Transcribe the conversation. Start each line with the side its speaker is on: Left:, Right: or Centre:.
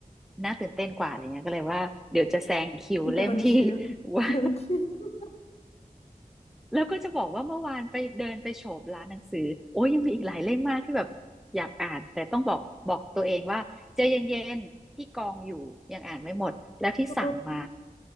Centre: น่าตื่นเต้นกว่าอะไรเงี้ยก็เลยว่าเดี๋ยวจะแซงคิวเล่มที่
Left: โดนทิว
Centre: <laughs> ว่า
Left: โดนทิว
Centre: แล้วก็จะบอกว่าเมื่อวานไปเดินไปโฉบร้านหนังสือโอ้ยยังมีอีกหลายเล่มมากที่แบบอยากอ่านแต่ต้องบอกบอกตัวเองว่าใจเย็นๆที่กองอยู่ยังอ่านไม่หมดแล้วที่สั่งมา
Left: <laughs> โอ